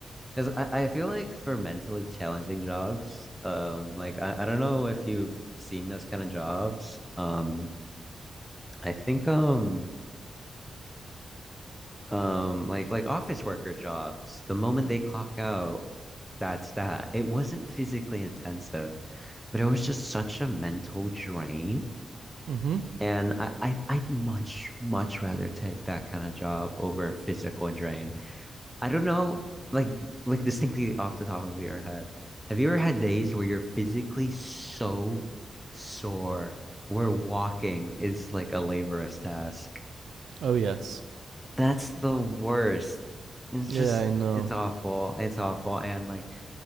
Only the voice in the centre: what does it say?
because I, I feel like for mentally challenging jobs, um, like I, I don't know if you've seen those kind of jobs. Um, I think um um like like office worker jobs, the moment they clock out, that's that. It wasn't physically intensive, but it was just such a mental drain.
And I, I, I'd much, much rather take that kind of job over a physical drain. I don't know, like, like distinctly off the top of your head, have you ever had days where you're physically so sore where walking is like a laborious task?
That's the worst. It's
just,
it's awful. It's awful. And like,